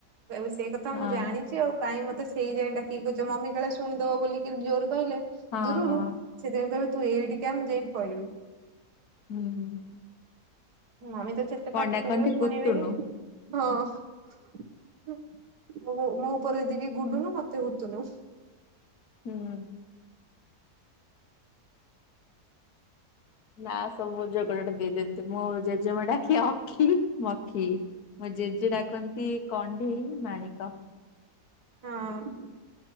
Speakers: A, on the right; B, on the left.
A: ଆଉ ସେଇ କଥା
B: ହଁ
A: ମୁଁ ଜାଣିଛି ଆଉ କାଇଁ ମତେ ସେଇଥି ପାଇଁ ଡାକିକି କହୁଛି ମମି କାଳେ ଶୁଣିିଦବ ବୋଲିକି ଜୋର କହିଲେ
B: ହଁ
A: ଦୂରୁରୁ
B: ହଁ
A: ସେଥିପାଇଁ କହିବେ ତୁ ଏଇଠିଆ ମୁଁ ଯାଇଁକି କହିବି।
B: ହୁଁ ହୁଁ।
A: ମମି ତ ଯେତେ ପାର୍ଟି
B: କଣ ଡାକନ୍ତି
A: କରିବ ଶୁଣିବେ
B: କୁଟୁନୁ
A: ହଁ। ହ ମୋ ଉପର ଦିଦିକି ଗୁଡୁନୁ ମତେ ହୁତୁନୁ।
B: ହୁଁ। ନା ସବୁ ଯ କୁଆଡେ଼ ଗୋଟେ ଦେଇଦିଅନ୍ତି ମୋ ଜେଜେମା ଡାକିବେ ଅଖି ମଖି ମୋ ଜେଜେ ଡାକନ୍ତି କଣ୍ଡେଇ ମାଣିକ।
A: ହଁ <unintelligible>